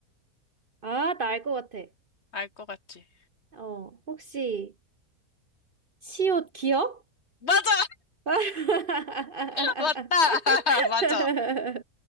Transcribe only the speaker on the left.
알 것 같지?
맞아! <laughs>
맞다! <laughs> 맞아.